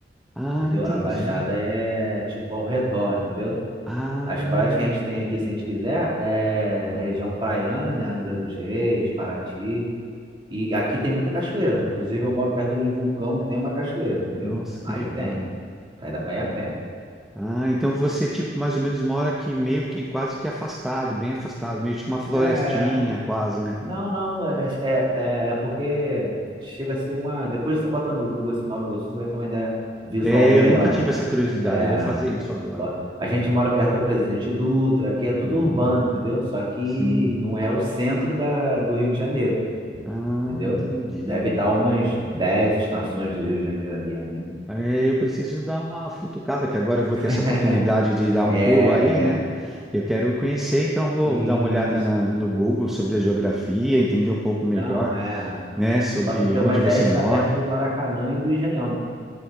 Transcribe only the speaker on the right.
entendeu?
A Baixada é tipo ao redor, entendeu?
As praias que a gente tem aqui, se a gente quiser, é região praiana, né? Angra dos Reis, Paraty. E aqui tem muita cachoeira. Inclusive, eu moro perto de um vulcão que tem uma cachoeira, entendeu?
Aí
tem.
Aí dá pra
ir a pé.
É.
Não, não. É, é, é é porque chega a ser uma. Depois você bota no Google esse Nova Iguaçu, você vai ter uma ideia visual
melhor.
É.
bo- A gente mora perto da Presidente Dutra, aqui é tudo
urbano, entendeu? Só que
não é o centro da, do Rio de Janeiro.
entendeu?
Deve estar umas 10 estações do Rio de Janeiro aí ainda.
<laughs>
É,
é.
Isso.
Não, é.
Pra tu ter uma
ideia,
a gente
tá perto do Maracanã e do Engenhão,